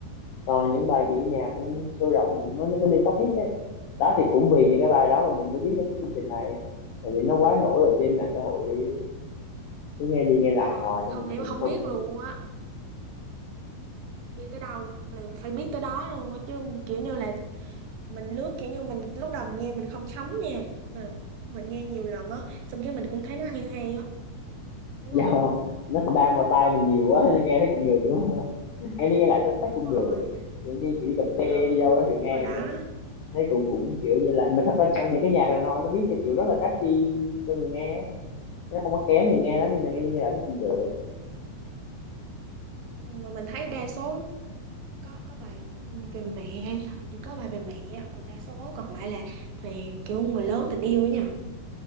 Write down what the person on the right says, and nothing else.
Đúng
rồi
Mình
không
thể
không
biết luôn á Đi tới đâu là phải biết tới đó luôn á Chứ kiểu như là mình lướt kiểu như mình lúc đầu mình nghe mình không thấm nha mà mình nghe nhiều lần á xong cái mình cũng thấy nó hay hay á
đúng
không
đúng
rồi
ờ
cũng cũng
rồi đó
Ừ, mà mình thấy đa số có có bài ừ, về mẹ hình như có bài về mẹ còn đa số còn lại là về kiểu người lớn tình yêu ấy nhỉ